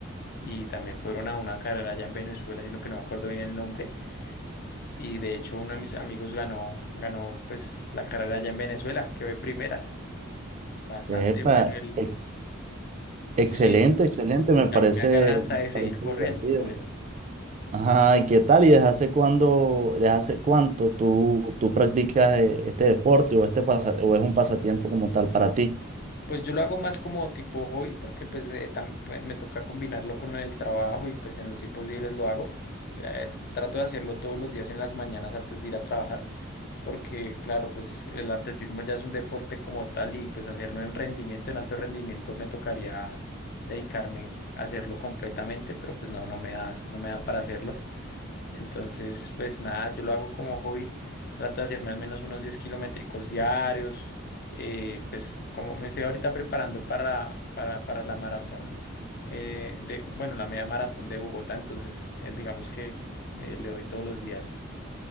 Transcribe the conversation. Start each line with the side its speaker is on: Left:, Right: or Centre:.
Left: y también fueron a una carrera allá en Venezuela, sino que no me acuerdo bien el nombre Y de hecho uno de mis amigos ganó, ganó pues la carrera allá en Venezuela, que de primeras. Bastante
Right: Epa,
Left: bueno él.
Right: ex- excelente,
Left: Sí,
Right: excelente, me parece,
Left: a mí me dan ganas hasta
Right: me
Left: de seguir
Right: parece
Left: corriendo
Right: divertido.
Left: por eso.
Right: Ajá, ¿y qué tal? ¿Y desde hace cuándo, desde hace cuánto tú, tú practicas eh, este deporte o este pasa- o es un pasatiempo como tal para ti?
Left: Pues yo lo hago más como tipo hobby porque pues, eh, tam- pues, me toca combinarlo con el trabajo y pues en los tiempos libres lo hago. Eh, trato de hacerlo todos los días en las mañanas antes de ir a trabajar porque claro, pues el atletismo ya es un deporte como tal y pues hacerlo en rendimiento, en alto rendimiento, me tocaría dedicarme a hacerlo completamente, pero pues no, no me da, no me da para hacerlo. Entonces, pues nada, yo lo hago como hobby, trato de hacerme al menos unos 10 kilométricos diarios, eh, pues como me estoy ahorita preparando para, para, para la maratón. eh, de, bueno, la media maratón de Bogotá, entonces eh, digamos que eh, le doy todos los días.